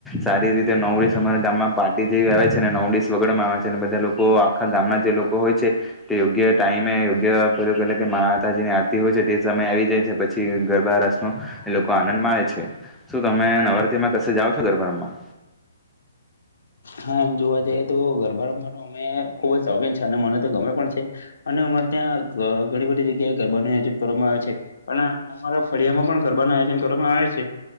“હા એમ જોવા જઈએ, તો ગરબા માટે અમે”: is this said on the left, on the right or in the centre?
Left